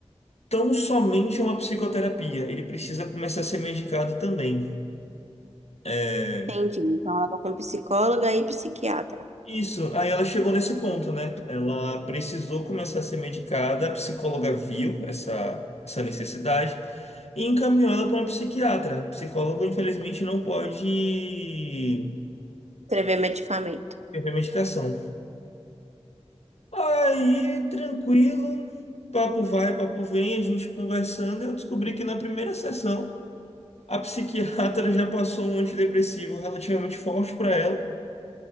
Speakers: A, on the left; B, on the right.
A: tão somente uma psicoterapia. Ele precisa começar a ser medicado também. É,
B: Entendi. Então ela tá com psicóloga e psiquiatra.
A: Isso, aí ela chegou nesse ponto, né? Ela precisou começar a ser medicada, a psicóloga viu essa, essa necessidade e encaminhou ela para uma psiquiatra. Psicólogo, infelizmente, não pode
B: Escrever medicamento.
A: prescrever medicação. Aí, tranquilo, papo vai, papo vem, a gente conversando, eu descobri que na primeira sessão a psiquiatra <laughs> já passou um antidepressivo relativamente forte para ela.